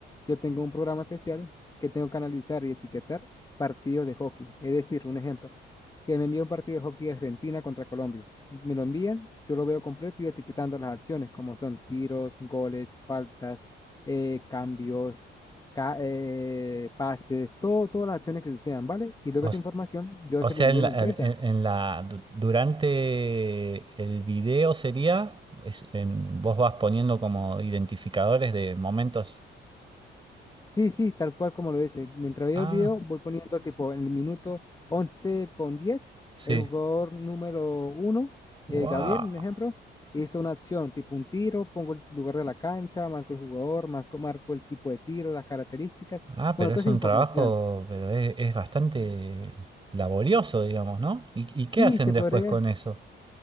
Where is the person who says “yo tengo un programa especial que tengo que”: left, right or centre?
Left